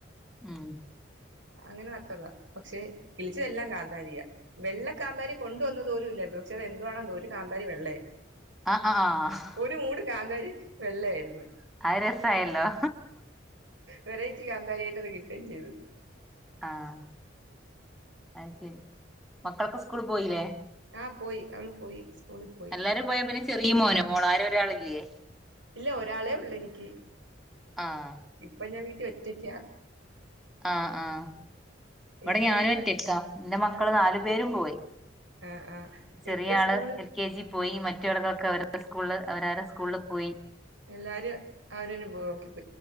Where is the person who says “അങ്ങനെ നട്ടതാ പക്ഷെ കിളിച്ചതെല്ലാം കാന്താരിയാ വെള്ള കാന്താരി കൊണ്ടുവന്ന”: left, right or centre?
Right